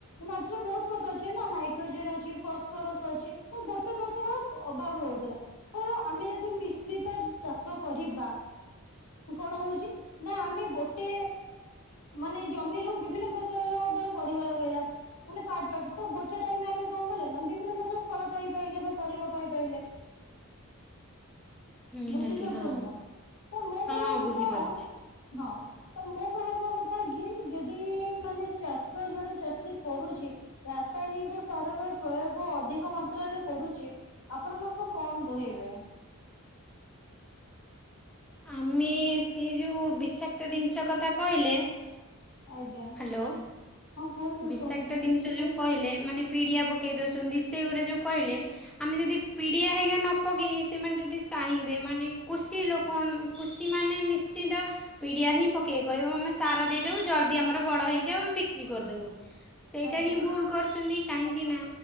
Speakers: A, on the left; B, in the centre.
A: ମାଟିରେ ବହୁତ୍ ପ୍ରକାର ଅଛି ନା ନାଇଟ୍ରୋଜେନେ ଅଛି ଫସ୍ଫରସ୍ ଅଛି ତ ଗୋଟେ ପ୍ରକାର। ଅଭାବ ରହୁଥିଲା ତ ଆମେ ଯଦି ମିଶ୍ରିତ ଚାଷ କରିବା। କଣ ହଉଛି ନା ଆମେ ଗୋଟେ ମାନେ ଜମିରୁ ବିଭିନ୍ନ ପ୍ରକାରର ଧର ପରିବା ଲଗେଇଲା ମାନେ ପାର୍ଟ ପାର୍ଟ ତ ଗୋଟେ ଟାଇମ୍ ରେ ଆମେ କଣ କଲେ ନା ବିଭିନ୍ନ ପ୍ରକାର ଫଳ ପାଇ ପାଇଲେ ବା ପରିବା ପାଇ ପାଇଲେ।
B: ନିହାତି
A: ବୁଝିପାରୁଛନ୍ତି
B: ହଁ
A: ନା? ତ ମୋ
B: ହଁ
A: କହିବା କଥା
B: ବୁଝିପାରୁଛି।
A: ହଁ। ତ ମୋ କହିବା କଥା କି ଯଦି ମାନେ ଚାଷ ଜଣେ ଚାଷୀ କରୁଛି ରାସାୟନିକ ସାରର ପ୍ରୟୋଗ ଅଧିକ ମାତ୍ରାରେ କରୁଛି ଆପଣ ତାଙ୍କୁ କଣ କହିବେ?
B: ଆମେ ସେ ଯୋଉ ବିଷାକ୍ତ ଜିନିଷ କଥା କହିଲେ
A: ଆଜ୍ଞା
B: ହ୍ୟାଲୋ।
A: ହଁ କୁହନ୍ତୁ
B: ବିଷାକ୍ତ
A: ଶୁଣୁଛି
B: ଜିନିଷ ଯୋଉ କହିଲେ ମାନେ ପିଡ଼ିଆ ପକାଇ ଦେଉସନ୍ତି ସେଇଗୁରା ଯଉ କହିଲେ ଆମେ ଯଦି ପିଡ଼ିଆ ହେରିକା ନ ପକେଇକି ସେମାନେ ଯଦି ଚାହିଁବେ ମାନେ କୃଷି ଲୋକ କଣ କୃଷିମାନେ ନିଶ୍ଚିତ ପିଡ଼ିଆ ହିଁ ପକେଇବାକୁ କହିବେ ଆମେ ସାର ଦେଇଦବୁ ଜଲଦି ଆମର ବଡ଼ ହେଇଯାଉ ଆମେ ବିକ୍ରି କରିଦବୁ। ସେଇଟା
A: ଆଜ୍ଞା
B: ହିଁ ଭୁଲ କରୁଛନ୍ତି କାହିଁକି ନା